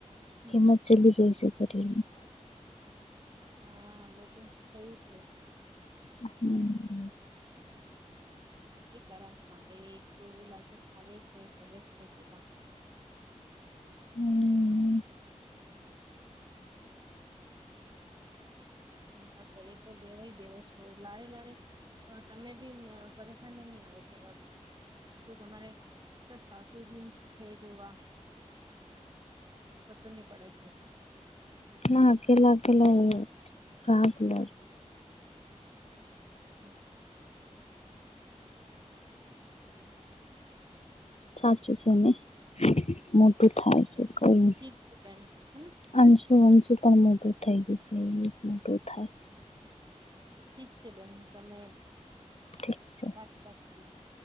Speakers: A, on the right; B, on the left.
A: હમ
B: હિમાચલી ગ છે સરરી એ
A: હા વો તો છેઈ તે.
B: <inaudible>
A: નકી કર છે બેાઈ દો લાગ છાવે છે કે છે તો.
B: હમ.
A: હ ખાતર એકર બેેવાય દેવો છો લારે લારે હ તમે બી પરેશાની નહી આવે છે તમારે. સર સાસુ જીન્ છે જોવા. બતું નહી પડે છે એટું.
B: ના અકેલા અકેલા રાત લ.
A: હમ.
B: સાચું છેને મોટું થાય છે. કોઈ
A: ઠીક છે બેન હેને
B: હા. તો વનસું પણ મોટું થઇ ગયશે એ મોટું થાય.
A: ઠીક છે બેન તમે
B: છે ઠીક છે
A: બાકી વાત કરું છું.